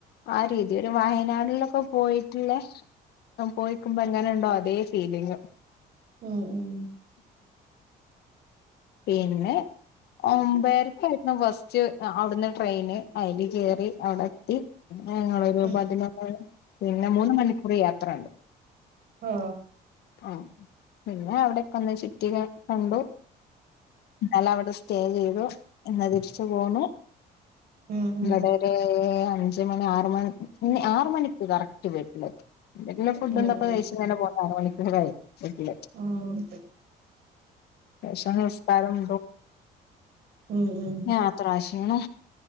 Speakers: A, on the left (about 75°); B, on the right (about 65°).
A: ആ രീതി ഒരു വയനാടിലൊക്കെ പോയിട്ടിള്ള പോയിക്കുമ്പോ എങ്ങനെണ്ടോ അതേ ഫീലിങ്
B: ഉം ഉം
A: പിന്നെ ഒമ്പരക്കായിരുന്നു ഫസ്റ്റ് അവിടുന്ന് ട്രെയിന് അതിൽ കേറി അവിടെ എത്തി ഞങ്ങളൊരു
B: ഉം
A: പതിനൊന്ന് പിന്നെ മൂന്ന് മണിക്കൂർ യാത്രണ്ട്
B: ആ
A: ആ പിന്നെ അവിടെക്കെ ഒന്ന് ചുറ്റി കണ്ടു ഇന്നലവിടെ സ്റ്റേ ചെയ്തു ഇന്ന് തിരിച്ചു പോന്നു
B: ഉം ഉം
A: ഇവടെ ഒരു അഞ്ച് മണി ആറ് മണിക്ക് മുന്നേ ആറ് മണിക്ക് കറക്റ്റ് വീട്ടിലെത്തും എന്തെങ്കിലും
B: ഉം
A: ഫുഡുണ്ട്നോതൊക്കെ കഴിച്ചു പോന്നാൽ അര മണിക്കൂർ കഴിയും വീട്ടിലെത്തും
B: ഉം
A: <unintelligible> നിസ്കാരം <unintelligible>
B: ഉം ഉം ഉം
A: മൂന്ന്